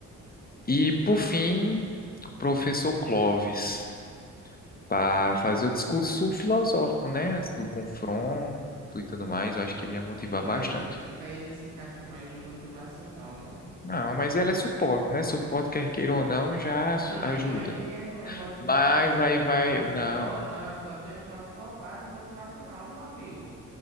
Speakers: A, on the left (about 20°); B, on the right (about 75°).
A: E, por fim, o professor Clóvis. para fazer o discurso filosófico, né? Do confronto e tudo mais, eu acho que ele ia motivar
B: Não, mas
A: bastante.
B: eu acho que daí ele se encaixou mais no motivacional, não?
A: Não, mas ela é suporte, né? Suporte, quer queira ou não, já as-
B: Não,
A: ajuda.
B: mas é, não é motivacional.
A: Mas aí
B: Tem uma
A: vai,
B: classe
A: não,
B: só. Não, só tem uma classe focada em motivacional, meu amigo.